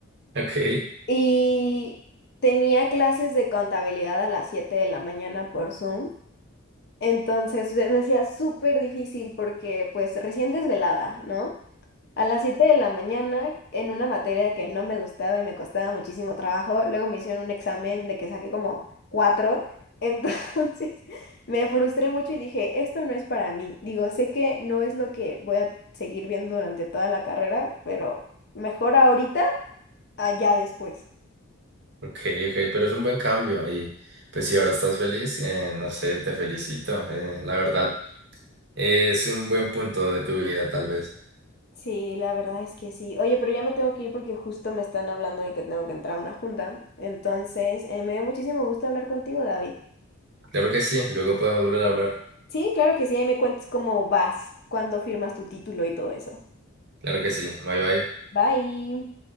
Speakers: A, on the right (about 50°); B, on the left (about 50°).
A: Ok,
B: Y tenía clases de contabilidad a las 7 de la mañana por Zoom. Entonces se me hacía súper difícil porque pues recién desvelada, ¿no? A las 7 de la mañana en una materia que no me gustaba y me costaba muchísimo trabajo, luego me hicieron un examen de que saqué como 4 entonces <laughs> me frustré mucho y dije, esto no es para mí. Digo, sé que no es lo que voy a seguir viendo durante toda la carrera, pero mejor ahorita, allá después.
A: ok, ok, pero es un buen cambio y pues si ahora estás feliz, eh, no sé, te felicito. Eh, la verdad. Es un buen punto de tu vida, tal vez.
B: Sí, la verdad es que sí. Oye, pero ya me tengo que ir porque justo me están hablando de que tengo que entrar a una junta. Entonces, eh, me dio muchísimo gusto hablar contigo, David.
A: Claro que sí, luego podemos volver a hablar.
B: Sí, claro que sí, ahí me cuentas cómo vas, cuándo firmas tu título y todo eso.
A: Claro que sí, bye bye.
B: Bye.